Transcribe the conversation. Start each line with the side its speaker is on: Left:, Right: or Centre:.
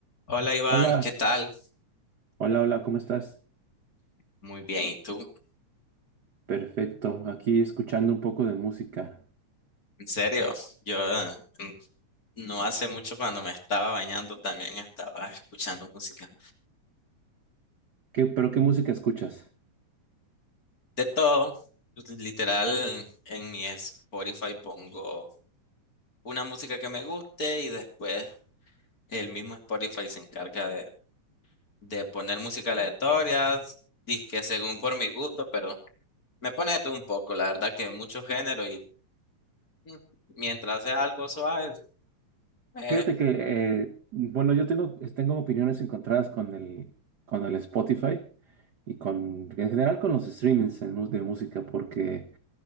Left: Hola Iván,
Right: Hola,
Left: ¿qué tal?
Right: hola, hola, ¿cómo estás?
Left: Muy bien, ¿y tú?
Right: Perfecto, aquí escuchando un poco de música.
Left: En serio, yo eh, n- no hace mucho cuando me estaba bañando también estaba escuchando música.
Right: ¿Qué, pero qué música escuchas?
Left: De todo, literal, en mi Spotify pongo una música que me guste y después el mismo Spotify se encarga de, de poner música aleatoria, que según por mi gusto, pero me pone de todo un poco, la verdad que mucho género y mm, mientras sea algo suave, eh,
Right: Fíjate que, eh, bueno, yo tengo, eh, tengo opiniones encontradas con el, con el Spotify y con, en general con los streamings en mu- de música, porque